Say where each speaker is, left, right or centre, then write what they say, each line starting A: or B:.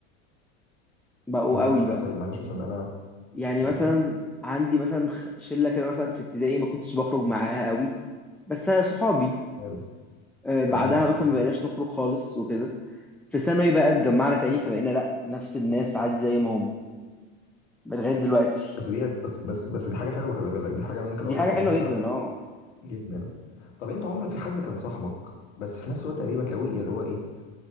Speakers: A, in the centre; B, on the left (about 80°).
A: بقوا
B: بمعنى
A: قوي بقى
B: طيب معلش عشان انا
A: يعني
B: يعني
A: مثلا عندي مثلا خ- شلة كده مثلا في ابتدائي ما كنتش بخرج معاها قوي بس صحابي
B: حلو
A: آه، بعدها
B: تمام
A: مثلا ما بقيناش نخرج خالص وكده في ثانوي بقى اتجمعنا تاني فبقينا لا نفس الناس عادي زي ما هم لغاية دلوقتي
B: بس ديت بس بس بس دي حاجه حلوه خلي بالك دي حاجه ممكن
A: دي
B: اقول
A: حاجة
B: لك
A: حلوة
B: ان انت
A: جدا اه
B: جدا طب انت عمر في حد كان صاحبك بس في نفس الوقت قريبك قوي اللي هو ايه